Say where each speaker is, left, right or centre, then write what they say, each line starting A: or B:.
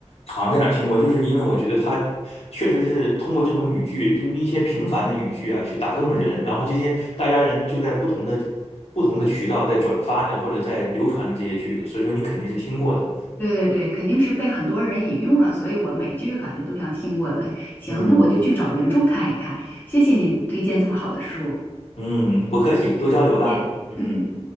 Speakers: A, on the left; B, on the left.
A: 好像在哪儿听过，就是因为我觉得它确实是通过这种语句，就是一些平凡的语句啊，去打动了人，然后这些大家人就在不同的不同的渠道在转发着或者在流传着这些句子，所以说你肯定是听过的。
B: 对对对，肯定是被很多人引用了，所以我每句感觉都像听过的。行，
A: 嗯
B: 那我就去找原著看一看。谢谢你推荐这么好的书，
A: 嗯，不客气，多交流吧。
B: 再见。
A: 嗯。
B: 嗯。